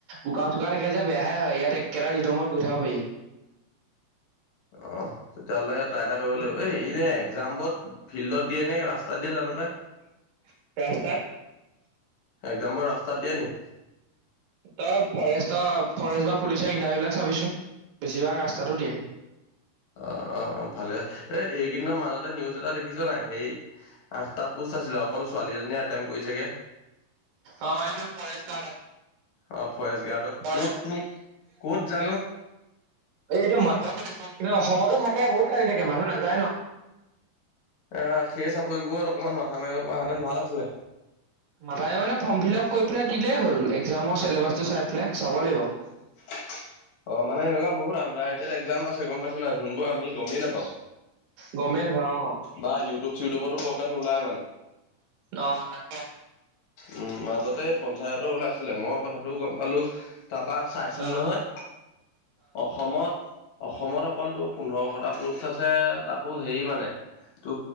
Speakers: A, on the right; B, on the left.
A: বোকা চোকা থাকে যে বেয়াহে হয় ইয়াত একেটাাৰে ৰিদমৰ কৈ থাক পাৰি <inaudible>
B: অ তেতিয়াহ'লে ট্ৰাই এটা কৰিব লাগিব
A: উম
B: এই এনে এক্জাম বত ফিল্ডত দিয়ে নে ৰাস্তাত দিয়ে জানো পাই
A: <unintelligible>
B: একজাম বোৰ ৰাস্তাত দিয়ে নি
A: তই ফৰেষ্টৰ ফৰেষ্ট বা পুলিচৰ ইণ্টাৰভিউ বিলাক চাবিচোন। বেছিভাগ ৰাস্তাটো
B: অ
A: দিয়ে
B: অ অ অ ভালে আছে এই এইকেইদিনৰ মাজতে নিউজ এটাত দেখিছ নাই সেই আঠটা পোষ্ট আছিলে অকল ছোৱালী এজনীয়ে এটেমট কৰিছেগে
A: অ এইটো ফৰেষ্ট গাৰ্ড
B: অ ফৰেষ্ট গাৰ্ডক
A: ম
B: ক'তনো ক'ত জানো
A: এইটো মই <unintelligible> কিন্তু অসমতো থাকে বহুত খালী থাকে মানুহ নাযায় ন
B: আহ সেই চাকৰিবোৰত অকমান মাথা মাৰিব পৰা হেঁতেন ভাল আছিলে
A: মাথাই মানে ফৰ্ম ফিল আপ কৰি পেলাই দিলেই হল একজামৰ চিলেবাচটো চাই পেলাই চাব লাগিব
B: <inaudible> অ, মানে এনেকুৱা বহুত আণ্ডাৰেটেড এক্সাম আছে গম পাইছ নাই, যোনবোৰ আমি গমেই নাপাওঁ।
A: গমেই নাপাওঁ অ
B: বা ইউটিউব চিটিউবতো বৰক নোলাই মানে।
A: অ তাকে
B: উম মাজতে পঞ্চায়তৰ ওলাইছিলে। মই কথাটো গম পালোঁ তাৰপা চাইছিলো
A: অ
B: নহয়। অসমত অসমত অকল তোৰ পোন্ধৰশটা পোষ্ট আছে, তাকো হেৰি মানে। ত'